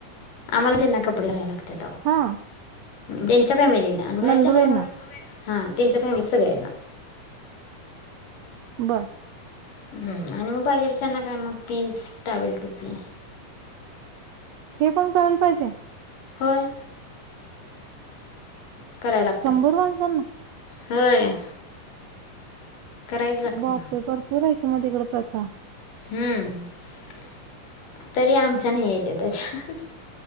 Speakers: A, on the left; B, on the right.
A: आम्हाला त्यांना कपडे करायला लागते
B: हा
A: <inaudible> त्याच्या फॅमिलीला आणि बाहेरच्या
B: नंदुबाईंना
A: ना मग हा त्यांच्या फॅमिलीत सगळ्यांना
B: बरं
A: हम्म आणि मग बाहेरच्याना काय मग पीस टावेल टोपी
B: हे पण करायल पाहिजे
A: होय करायला लागते
B: शंभर माणसानं
A: होय करायच लागते
B: बापरे! भरपूर आहेत किंवा तिकड प्रथा
A: हम्म तरी आमच्या नाही येते त्याच्या